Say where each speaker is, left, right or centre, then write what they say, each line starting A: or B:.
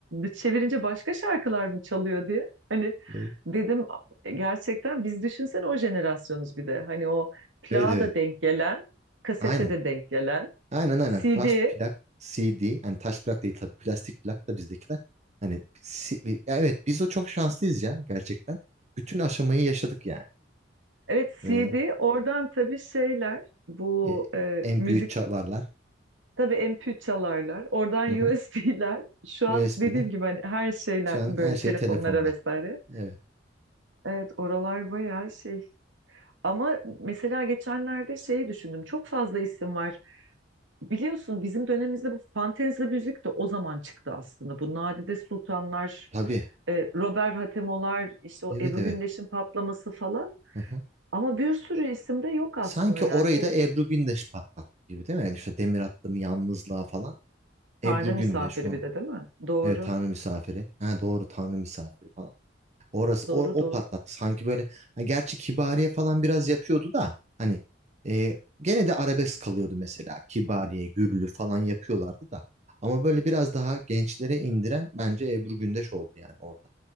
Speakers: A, on the right; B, on the right.
A: çevirince başka şarkılar mı çalıyor diye. Hani
B: Evet.
A: dedim gerçekten biz düşünsene o jenerasyonuz bir de. Hani o plağa
B: Evet evet.
A: da denk gelen, kasete
B: Aynen.
A: de denk gelen,
B: Aynen aynen.
A: CD
B: Taş plak CD. Hani taş plak değil tabii. Plastik plak da bizdekiler. Hani si- e, evet biz o çok şanslıyız ya gerçekten. Bütün aşamayı yaşadık yani.
A: Evet
B: Ee,
A: CD oradan tabii şeyler bu
B: e,
A: e,
B: MP3
A: müzik
B: çalarlar.
A: tabii MP3 çalarlar oradan
B: Hı hı.
A: <laughs> USB'ler şu
B: USB'ler.
A: an dediğim gibi hani her şeyler
B: Şu an
A: böyle
B: her şey
A: telefonlara
B: telefonda.
A: vesaire.
B: Evet.
A: Evet oralar bayağı şey ama mesela geçenlerde şeyi düşündüm çok fazla isim var biliyorsun bizim dönemimizde bu fantezi müzik de o zaman çıktı aslında bu Nadide Sultanlar
B: Tabii.
A: e, Robert Hatemo'lar işte o
B: Evet
A: Ebru
B: evet.
A: Gündeş'in patlaması falan
B: Hı hı.
A: ama bir sürü isim de yok aslında
B: Sanki
A: yani
B: orayı
A: çok
B: da Ebru Gündeş patlattı gibi değil mi? Yani işte demir attım yalnızlığa falan.
A: Tanrı
B: Ebru
A: misafiri
B: Gündeş o.
A: bir de değil mi? Doğru.
B: Evet Tanrı misafiri. Ha doğru Tanrı misafiri Orası
A: Doğru
B: o,
A: doğru.
B: o patlattı. Sanki böyle ha, gerçi Kibariye falan biraz yapıyordu da hani e, gene de arabesk kalıyordu mesela. Kibariye, Güllü falan yapıyorlardı da. Ama böyle biraz daha gençlere indiren bence Ebru Gündeş oldu yani orada.